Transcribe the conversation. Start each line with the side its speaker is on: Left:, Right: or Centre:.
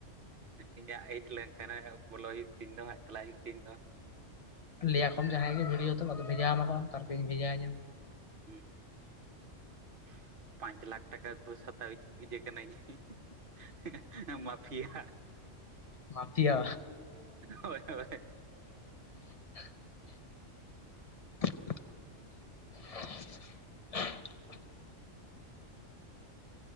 Right: ᱤᱧᱟᱜ ᱦᱮᱡ ᱞᱮᱱᱠᱷᱟᱱ ᱦᱟᱸᱜ ᱵᱚᱞᱚ ᱦᱩᱭᱩᱜ ᱛᱤᱧ ᱫᱚ, ᱦᱟᱸᱜ ᱪᱟᱞᱟᱜ ᱦᱩᱭᱩᱜ ᱛᱤᱧ ᱫᱚ᱾
Left: ᱞᱟᱹᱭ ᱟᱠᱚ ᱢᱮ ᱡᱟᱦᱟᱸᱭ ᱜᱮ ᱵᱷᱤᱰᱭᱳ ᱫᱚ ᱟᱫᱚ ᱵᱷᱮᱡᱟᱣ ᱟᱢᱟ ᱠᱚ ᱛᱟᱨᱯᱚᱨᱮ ᱤᱧ ᱵᱷᱮᱡᱟᱣ ᱤᱧᱟᱢ᱾
Right: ᱦᱩᱸ <inaudible> ᱯᱟᱸᱪ ᱞᱟᱠᱷ ᱴᱟᱠᱟ ᱜᱷᱩᱥ ᱦᱟᱛᱟᱣᱤᱡ ᱤᱭᱟᱹ ᱠᱟᱹᱱᱟ. ᱧ᱾ <unintelligible> ᱢᱟᱯᱷᱤᱭᱟ
Left: ᱢᱟᱯᱷᱤᱭᱟ
Right: ᱦᱳᱭ ᱦᱳᱭ᱾
Left: <inaudible> <inaudible>